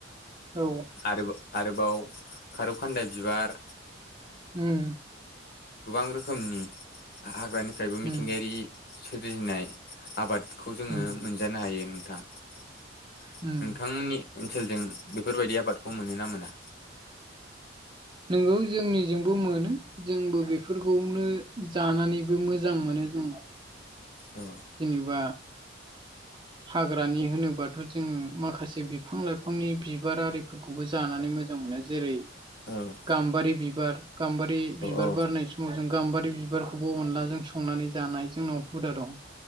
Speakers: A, on the right (about 25°); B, on the left (about 55°).
A: औ
B: आरो आरोबाव खारौ खान्दाय बिबार
A: उम
B: गोबां रोखोमनि हाग्रानिफ्रायबो मिथिंगायारि
A: उम
B: सोरजिनाय आबाद खौ जोङो
A: उम
B: मोनजानो हायो नोंथां नोंथांमोननि
A: उम
B: ओनसोलजों बेफोरबायदि आबादखौ मोनोना मोना?
A: नंगौ जोंनिजोंबो मोनो जोंबो बेफोरखौनो जानानैबो मोजां मोनो जोङो।
B: औ
A: जेनेबा हाग्रानि होनोबाथ' जोङो माखासे बिफां लाइफांनि बिबार आरिफोरखौबो जानानै मोजां मोनो जेरै
B: औ
A: गाम्बारि बिबार गाम्बारि बिबार
B: औ
A: बारनायसम समाव जों गाम्बारि बिबारखौबो संनानै जानाय जोंनाव उदा दं